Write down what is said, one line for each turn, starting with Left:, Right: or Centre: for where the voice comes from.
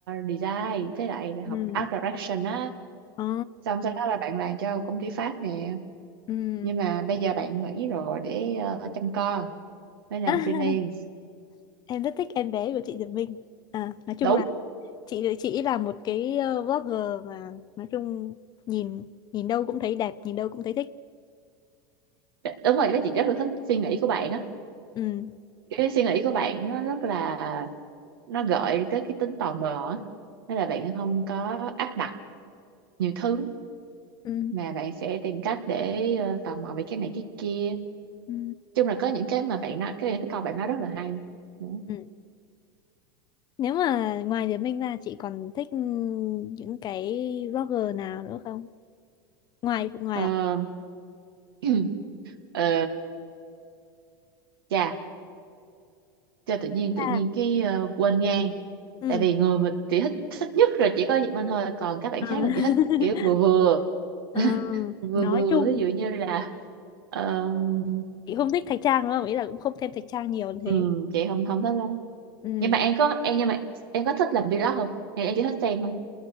Right: design với lại
Left: Ừ.
Right: học art direction á
Left: Ờ.
Right: xong sau đó là bạn làm cho công ty Pháp nè
Left: Ừ.
Right: nhưng mà bây giờ bạn nghỉ rồi để ờ, chăm con mới làm
Left: <laughs>
Right: freelance
Left: em rất thích em bé của chị Diệp Minh à, nói chung
Right: đúng
Left: là chị chị là một cái ờ, vlogger mà nói chung nhìn nhìn đâu cũng thấy đẹp nhìn đâu cũng thấy thích
Right: đúng
Left: ừ.
Right: rồi bác chị rất là thích suy nghĩ của bạn á
Left: Ừ.
Right: cái suy nghĩ của bạn nó rất là nó gợi tới cái tính tò mò á nên là bạn không có áp đặt nhiều thứ
Left: Ừ.
Right: mà bạn sẽ tìm cách để ờ, tò mò về cái này cái kia
Left: Ừ.
Right: chung là có những cái mà bạn nói cái này cái câu bạn nói rất là hay Đúng.
Left: ừ. Nếu mà ngoài Diệp Minh ra chị còn thích những cái vlogger nào nữa không? Ngoài ngoài
Right: Ờ,
Left: ạ?
Right: <clears throat> ờ, chà cho tự nhiên tự
Left: À,
Right: nhiên cái ờ, quên ngang
Left: ừ.
Right: tại vì người mà chị thích thích nhất là chỉ có Diệp Minh thôi còn các bạn
Left: Ờ.
Right: khác là
Left: <laughs>
Right: chị thích kiểu vừa vừa <laughs>
Left: Ờ,
Right: vừa
Left: nói
Right: vừa
Left: chung
Right: ví dụ như là ờm,
Left: chị không thích Thạch Trang đúng không? Ý là cũng không thêm Thạch Trang nhiều như thế.
Right: ừm, chị không không thích lắm
Left: Ừ.
Right: nhưng mà em có em nhưng mà em có thích làm vlog không hay em chỉ thích xem thôi